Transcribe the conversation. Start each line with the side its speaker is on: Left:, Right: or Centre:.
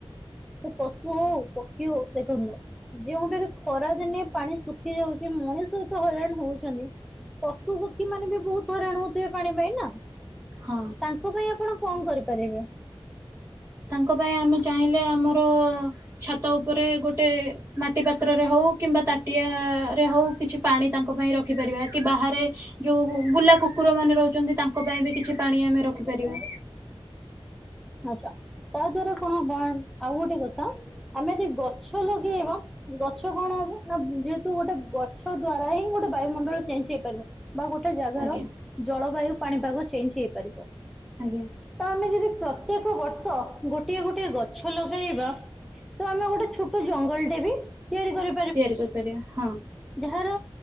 Centre: ସେ ପଶୁ ହଉ ପକ୍ଷୀ ହଉ ଦେଖନ୍ତୁନୁ ଯେଉଁଠାରେ ଖରା ଦିନେ ପାଣି ଶୁଖି ଯାଉଛି ମଣିଷ ଏତେ ହଇରାଣ ହଉଛନ୍ତି। ପଶୁ ପକ୍ଷୀ ମାନେ ବି ବହୁତ ହଇରାଣ ହଉଥିବେ ପାଣି ପାଇଁ ନା
Right: ହ
Centre: ତାଙ୍କ ପାଇଁ ଆପଣ କଣ କରିପାରିବେ?
Right: ତାଙ୍କ ପାଇଁ ଆମେ ଚାହିଁଲେ ଆମର ଛାତ ଉପରେ ଗୋଟେ ମାଟି ପାତ୍ରରେ ହଉ କିମ୍ବା ତାଟିଆ ରେ ହଉ କିଛି ପାଣି ତାଙ୍କ ପାଇଁ ରଖିପାରିବା କି ବାହାରେ ଯୋଉ ବୁଲା କୁକୁର ମାନେ ରହୁଛନ୍ତି ତାଙ୍କ ପାଇଁ ବି କିଛି ପାଣି ଆମେ
Centre: ହଁ
Right: ରଖିପାରିବା
Centre: ତମ କହୁନ ଆଚ୍ଛା ତା ଦ୍ଵାରା କଣ ହବ ଆଉ ଗୋଟେ କଥା ଆମେ ଯଦି ଗଛ ଲଗେଇବା ଗଛ କଣ ହବ ନା ଯେହେତୁ ଗୋଟେ ଗଛ ଦ୍ଵାରା ହିଁ ଗୋଟେ ବାୟୁମଣ୍ଡଳ ଚେଞ୍ଜ ହେଇପାରିବ। ବା ଗୋଟେ ଜାଗାର
Right: ଆଜ୍ଞା
Centre: ଜଳବାୟୁ ପାଣିପାଗ ଚେଞ୍ଜ ହେଇପାରିବ।
Right: ଆଜ୍ଞା
Centre: ତ ଆମେ ଯଦି ପ୍ରତ୍ୟେକ ବର୍ଷ ଗୋଟିଏ ଗୋଟିଏ ଗଛ ଲଗାଇବା ତ ଆମେ ଗୋଟେ ଛୋଟ ଜଙ୍ଗଲଟେ ବି ତିଆରି କରି
Right: ତିଆରି କରିପାରିବା ହଁ।
Centre: ଯାହାର